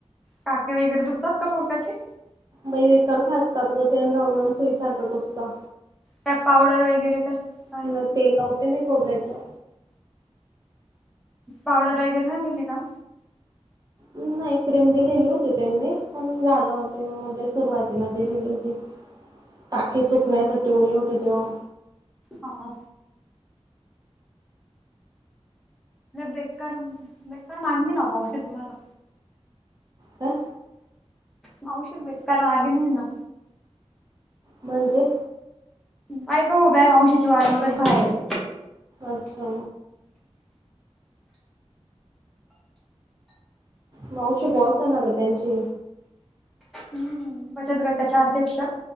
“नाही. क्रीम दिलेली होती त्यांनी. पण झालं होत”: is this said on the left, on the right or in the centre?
Right